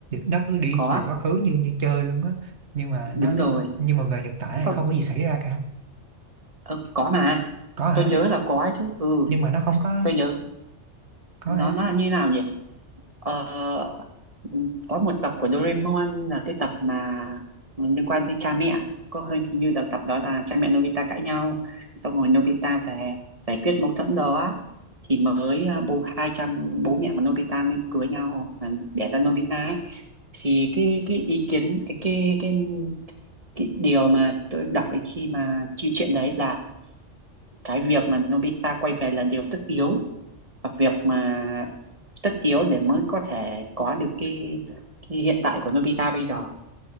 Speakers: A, on the right; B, on the right.
A: nó cứ đi
B: có
A: về quá khứ như như chơi luôn á nhưng mà
B: đúng
A: nó, nó
B: rồi
A: nhưng mà về hiện tại thì
B: Sau
A: không có gì xảy ra cả
B: Ờ, có mà
A: có hả
B: tôi nhớ là có ấy chứ ừ
A: nhưng mà nó không có
B: tôi nhớ
A: có
B: nó
A: hả
B: nó là như nào nhỉ ờ, có một tập của Doraemon là cái tập mà liên quan tới cha mẹ có hơi như là tập đó là cha mẹ Nobita cãi nhau xong rồi Nobita về giải quyết mâu thuẫn đó thì mới à, bố hai cha bố mẹ của Nobita mới cưới nhau à, đẻ ra Nobita ấy. thì cái cái ý kiến cái cái cái cái điều mà tôi đọc cái khi mà chi chuyện đấy là cái việc mà Nobita quay về là điều tất yếu và việc mà tất yếu để mới có thể có được cái, cái hiện tại của Nobita bây giờ